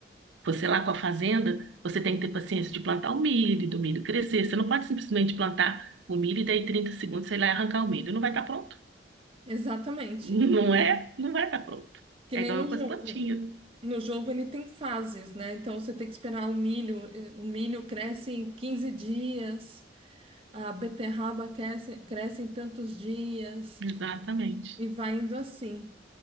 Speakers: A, on the right; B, on the right.
A: Você lá com a fazenda, você tem que ter paciência de plantar o milho, do milho crescer. Você não pode simplesmente plantar o milho e daí 30 segundos, sei lá, e arrancar o milho. Não vai estar pronto.
B: exatamente.
A: <laughs> Não é? Não vai estar pronto.
B: Que
A: É
B: nem
A: igual
B: no
A: eu
B: jogo.
A: com as plantinhas.
B: No jogo ele tem fases, né? Então você tem que esperar o milho. eh, O milho cresce em 15 dias, a beterraba cresce, cresce em tantos dias,
A: Exatamente.
B: e vai indo assim.